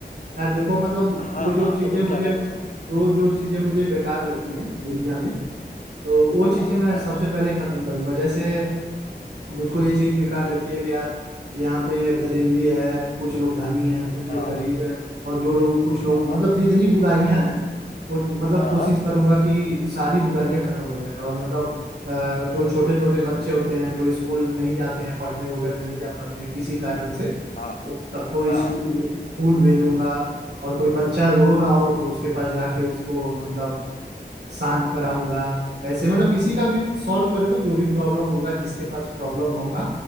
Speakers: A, on the right; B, on the left.
A: यार देखो मतलब
B: हाँ
A: जो जो
B: हाँ
A: चीजें
B: तो तुम
A: मुझे
B: क्या क्या करोगे
A: जो जो चीजें मुझे बेकार लगती हैं दुनिया में तो वो
B: हाँ
A: चीजें
B: हाँ
A: मैं
B: हाँ
A: सबसे
B: हाँ
A: पहले खत्म करूंगा जैसे मुझको ये चीज बेकार लगती है कि यार यहाँ पे गरीबी है कुछ लोग धनी हैं कुछ लोग
B: हाँ
A: गरीब हैं और जो लोग कुछ लोग
B: हाँ हाँ
A: मतलब जितनी बुराइयां हैं वो मतलब
B: हाँ
A: कोशिश
B: हाँ हाँ
A: करूंगा कि सारी बुराइयां खत्म हो जाए और मतलब अ, जो छोटे छोटे बच्चे होते हैं जो स्कूल नहीं जाते हैं पढ़ने वगैरह नहीं जा पाते हैं किसी कारण से
B: हाँ
A: तो सबको
B: हाँ
A: स्कूल
B: हाँ
A: स्कूल भेजूंगा और कोई बच्चा रो रहा हो तो उसके पास जाके उसको मतलब शांत कराऊंगा ऐसे मतलब किसी का भी सॉल्व करूंगा जो भी प्रॉब्लम होगा जिसके पास प्रॉब्लम होगा